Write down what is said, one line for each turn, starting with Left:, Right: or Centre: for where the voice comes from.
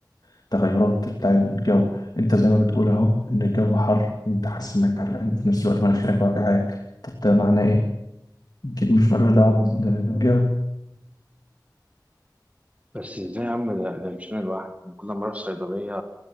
Left: التغيرات بتاع الجو انت زي ما بتقول اهو ان الجو حر انت حاسس انك حرقان في نفس الوقت مناخيرك وجعاك طب ده معناه ايه؟ اكيد مش ملوش دعوه بال- بالجو
Right: بس إزاي يا عم ده, ده مش أنا لوحدي أنا كل ما أروح صيدلية